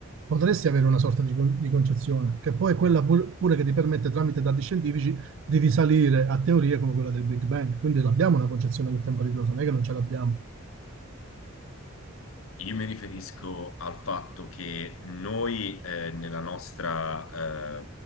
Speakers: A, on the right (about 60°); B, on the left (about 70°).
A: potresti avere una sorta di, con- di concezione, che poi è quella pur- pure che ti permette, tramite dati scientifici, di risalire a teorie come quella del Big Bang. Quindi l'abbiamo una concezione del tempo ritroso, non è che non ce l'abbiamo.
B: Io mi riferisco al fatto che noi eh, nella nostra, eh,